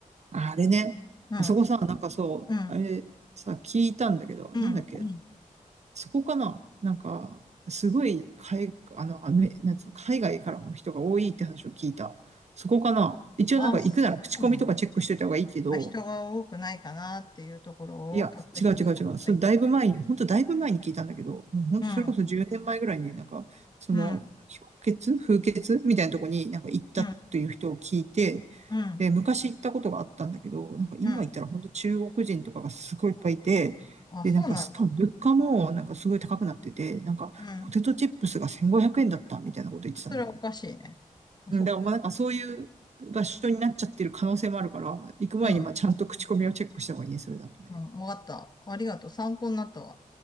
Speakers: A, on the right; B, on the left.
A: ああれね、
B: うん、
A: あそこさ、なんかそう、
B: うん、
A: あれさ、聞いたんだけど、
B: うん、
A: なんだっけ、
B: うん。
A: そこかな、なんか、すごい、海、あの、アメ、なんつうの、海外からの人が多いって話を聞いた。そこかな。一応なんか行くなら口コミとかチェックしておいた方がいいけど、
B: あ、そうなの。あ、人が多くないかなっていうところを確認した方がいい。
A: いや、違う違う違う。それだいぶ前に、本当だいぶ前に聞いたんだけど、もう本当それこそ10年前ぐらいになんか、
B: うん、
A: その、
B: うん、
A: 氷結風結みたいなとこになんか行ったという人を聞いて、
B: うん、うん、
A: で、昔行ったことがあったんだけど、なんか今行ったら本当中国人とかがすごいいっぱいいて、
B: うん。あ、
A: で、
B: そうなんだ。
A: なんかしかも物価もなんかすごい高くなってて、なんかポテトチップスが1500円だったみたいなこと言ってたんだよね。
B: うん。それはおかしいね。あ、
A: うん、
B: そっか。
A: だからまあなんかそういう場所になっちゃってる可能性もあるから、行く前にまあちゃんと口コミをチェックした方がいいね、
B: うん。
A: それだとね。
B: うん。わかった。ありがとう。参考になったわ。